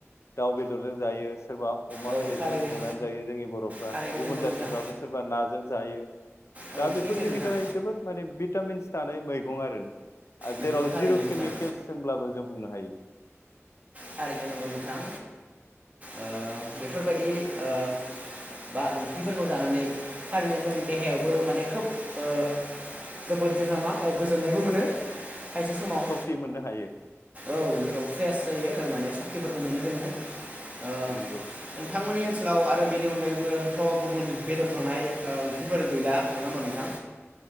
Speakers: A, on the left; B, on the right.
A: दाउ बेदरजों जायो सोरबा अमा
B: औ
A: बेदरजों
B: थारैनो
A: संनानै जायो जोंनि बर'फ्रा
B: थारैनो
A: गुबुन
B: नंगौ
A: जाथिफ्राबो
B: नोंथां
A: सोरबा नाजों जायो
B: औ
A: दा बेफोर
B: सैथो
A: जोंनि
B: नोंथां
A: थाखाय जोबोद माने भिटामिन्स थानाय मैगं आरो ओ
B: नंगौ
A: जेराव
B: थारैनो
A: जिर'
B: नोंथां
A: केमिकेल्स होनब्लाबो जों बुंनो हायो।
B: थारैनो नंगौ नोंथां ओ बेफोरबायदि ओ बा ओंख्रिफोरखौ जानानै थारैनो जों देहायावबो माने खोब ओ जोबोद जोंहा मा ओ गो गोजोननायबो मोनो खायसे समाव,
A: सक्ति मोननो हायो
B: औ नोंगौ फ्रेस जायो माने सक्तिफोरखौ मोनो जोङो। ओ
A: नंगौ
B: नोंथांमोननि ओनस लाव आरो बेनि अनगायैबोथ' गुबुन बेदर थांनाय ओ ओंख्रिफोर गैला नोङा होमबा नोंथां